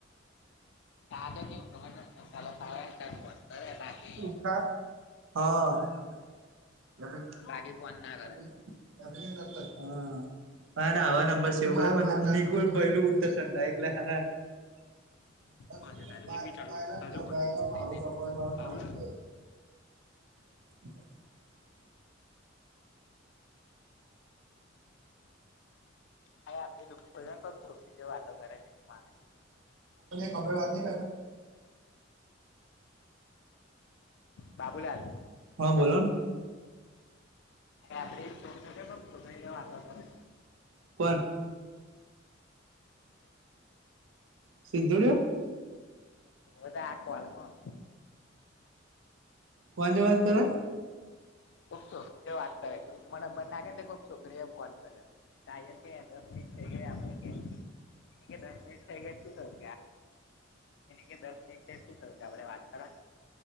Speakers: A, on the left (about 60°); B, on the right (about 80°).
A: ખદ કેવ ટમટર મસાાલો સવા બાકી
B: હા હા <unintelligible>
A: બાકી ફોન ના કરે
B: અરે હવા નંબર સેવ કર નિકુલ પૈલું ઉત્તર <unintelligible> <unintelligible>
A: કોણ છે તારું એક મિનિટ ચાલુ રાખ તાજો કોણ છે દે દે બાબુલાલ
B: <inaudible>
A: હા આમલી લુક છોકરી જે વાતો કરે છે એ માન
B: કમરવાદ <unintelligible>
A: બાબુલાલ
B: હા બોલો
A: <unintelligible>
B: કોણ સિધુ રે
A: એ તો આકોવાળમાં
B: કોણથી વાત કરે
A: ખુબ છોકરી જે વાત કરે ગ્રુપમાં નંબર નાખે ને ખુક છોકરીએ ફોન કરે ત છે દસ મિનિટ થઈ ગયા આપણે કે કે દસ મિનિટ થઈ ગ શું થયું કે દસ મિનિટ થ શું થયું કે આપડે વાત કરવા